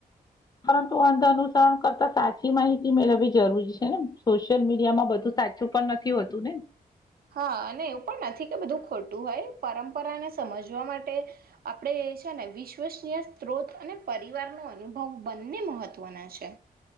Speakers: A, on the left; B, on the right.
A: પરંતુ અંધ અનુસરણ કરતા સાચી માહિતી મેળવવી જરૂરી છે ને સોશિયલ મીડિયામાં બધું સાચું પણ નથી હોતું ને
B: હા અને એવું પણ નથી કે બધું ખોટું હોય પરંપરાને સમજવા માટે આપણે છે ને વિશ્વસનીય સ્ત્રોત અને પરિવારનો અનુભવ બંને મહત્વના છે